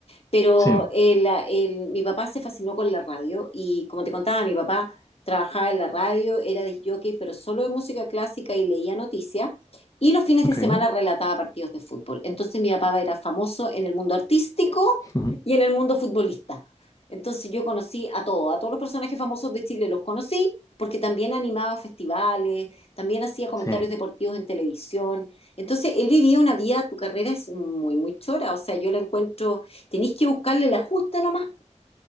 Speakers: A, on the left; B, on the left.
A: Pero
B: sí,
A: el- el- mi papá se fascinó con la radio y como te contaba, mi papá trabajaba en la radio, era disc jockey, pero solo de música clásica y leía noticias y los fines
B: ok,
A: de semana relataba partidos de fútbol. Entonces mi papá era famoso en el mundo artístico
B: ujú,
A: y en el mundo futbolista. Entonces yo conocí a todos, a todos los personajes famosos de Chile los conocí porque también animaba festivales, también hacía comentarios
B: sí,
A: deportivos en televisión. Entonces, él vivía una vida, tu carrera es muy, muy chora, o sea, yo la encuentro, tenéis que buscarle la justa nomás.